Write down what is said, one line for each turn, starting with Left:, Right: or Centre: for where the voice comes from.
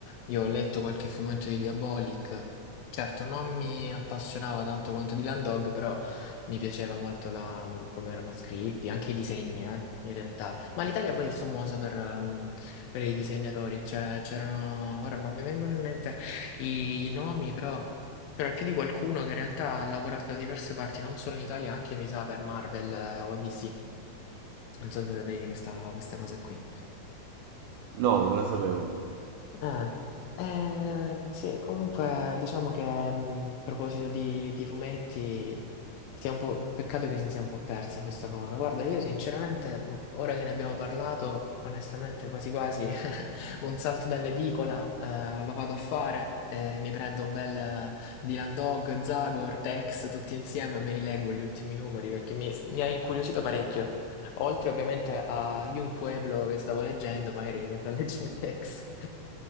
Left: io ho letto qualche fumetto di Diabolic, certo non mi appassionava tanto quanto di Land Dog, però mi piaceva molto la, mm, come erano scritti, anche i disegni, eh, in realtà, ma l'Italia poi è famosa per, ehm, per i disegnatori, cioè c'erano, ora non mi vengono in mente i nomi, però c'era più di qualcuno che in realtà ha lavorato da diverse parti, non solo in Italia, anche mi sa per Marvel eh, o DC. Non so se sapevi questa, questa cosa qui.
Right: No, non la sapevo.
Left: Eh, eh, sì, comunque diciamo che mh, a proposito di, di fumetti, sia un po', peccato che si sia un po' persa questa cosa. Guarda, io sinceramente, mh, ora che ne abbiamo parlato, onestamente quasi quasi <laughs> un salto dall'edicola eh, lo vado a fare, eh, mi prendo un bel eh, Dylan Dog, Zagor, Tex, tutti insieme e me li leggo gli ultimi numeri perché mi, mi ha incuriosito parecchio. Oltre ovviamente a Young Pueblo che stavo leggendo, magari mi metto a <laughs> leggere Tex.